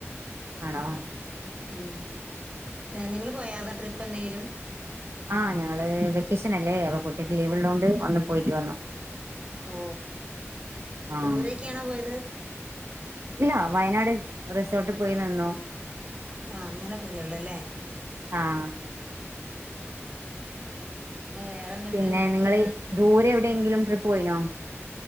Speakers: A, on the right (about 60°); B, on the right (about 25°).
A: ആണോ
B: ഉം നിങ്ങള് പോയാരുന്നോ ട്രിപ്പ് എന്തെങ്കിലും
A: ആ ഞങ്ങള് വെക്കേഷൻ അല്ലേ അപ്പോ കുട്ടിക്ക് ലീവ് ഉള്ളത് കൊണ്ട് ഒന്ന് പോയിറ്റ് വന്നു
B: ഓ
A: ആഹ്
B: ദൂരെയൊക്കെയാണോ പോയത്
A: ഇല്ല വയനാട് റിസോർട്ടിൽ പോയി നിന്ന്
B: ആ അങ്ങനെ പോയെ ഉള്ളൂ ല്ലേ
A: ആഹ്
B: വേറെന്തുണ്ട്
A: പിന്നെ നിങ്ങള്
B: ഏ
A: ദൂരെ എവിടെയെങ്കിലും ട്രിപ്പ് പോയിനോ